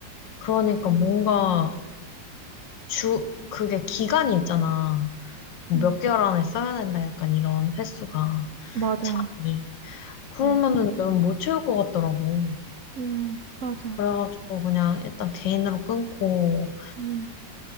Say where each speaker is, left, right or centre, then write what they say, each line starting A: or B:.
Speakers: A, on the left (about 80°); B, on the right (about 75°).
A: 그러니까 뭔가 주, 그게 기간이 있잖아. 뭐
B: 응,
A: 몇 개월 안에 써야 된다. 약간 이런 횟수가,
B: 맞아.
A: 차이. 그러면은
B: 응,
A: 너무 못 채울 것 같더라고.
B: 응, 맞아.
A: 그래가지고 그냥 일단 개인으로 끊고,
B: 음,